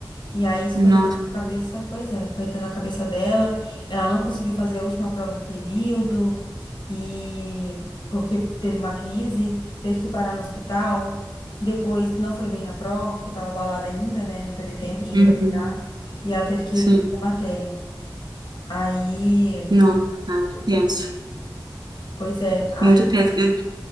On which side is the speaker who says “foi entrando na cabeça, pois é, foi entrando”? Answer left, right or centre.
Left